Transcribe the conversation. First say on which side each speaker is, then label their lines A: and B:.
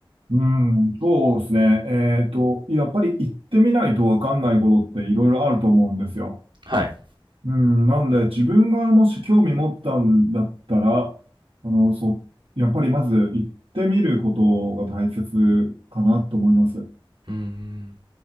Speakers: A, on the right (about 75°); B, on the right (about 60°).
A: うん、そうですね。えっと、やっぱり行ってみないとわかんないことっていろいろあると思うんですよ。
B: はい。
A: うん、なんで、自分がもし興味持ったんだったら、あの、そう、やっぱりまず行ってみることが大切かなと思います。
B: うん。